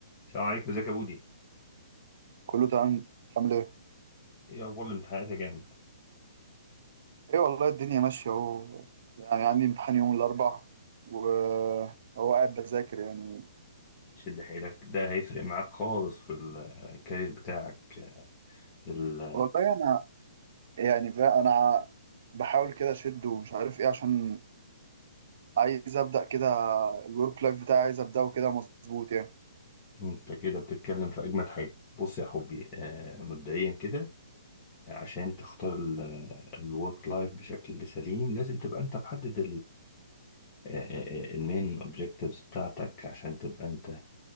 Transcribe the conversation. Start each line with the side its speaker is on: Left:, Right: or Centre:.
Left: السلام عليكم ازيك يا بودي
Right: كله تمام تعمل ايه؟
Left: ايه اخبار الامتحانات يا جامد
Right: ايه والله الدنيا ماشية اهو يعني عندي امتحان يوم الأربع وهو قاعد بذاكر يعني
Left: شد حيلك ده هيفرق معاك خالص في الكارير بتاعك ال-
Right: والله أنا يعني فا- أنا بحاول كده أشد ومش عارف ايه عشان عايز أبدأ كده الورك لايف بتاعي عايز أبدأه كده مظبوط يعني
Left: انت كده بتتكلم في اجمد حاجه بص يا حبي آه، مبدئيا كده عشان تختار الورك لايف بشكل سليم لازم تبقى انت محدد المين اوبجكتيفز بتاعتك عشان تبقى انت